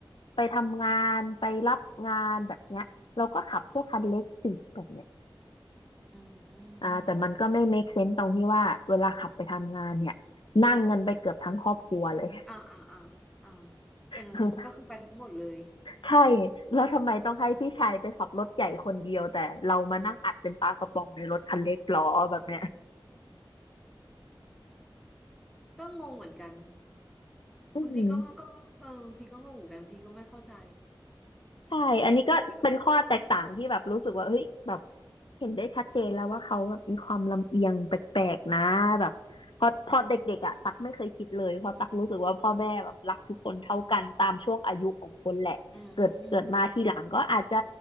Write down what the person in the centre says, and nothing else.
อืม
อ่าอ่าอ่าอ่าเป็นก็คือไปทั้งหมดเลย
ก็งงเหมือนกัน
บางทีก็ก็เออบางทีก็งงเหมือนกันบางทีก็ไม่เข้าใจ
อันนี้ก็
อืม